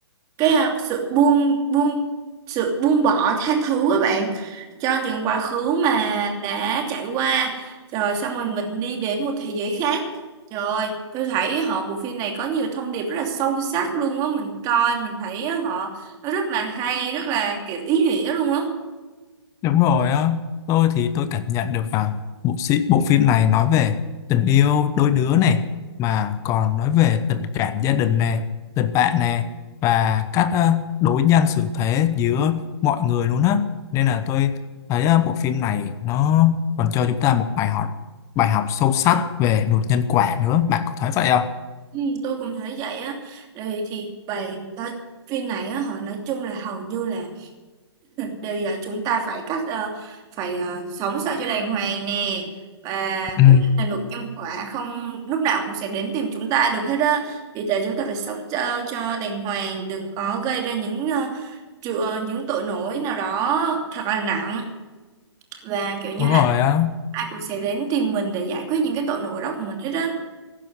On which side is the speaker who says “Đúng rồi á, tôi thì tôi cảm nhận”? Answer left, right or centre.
Left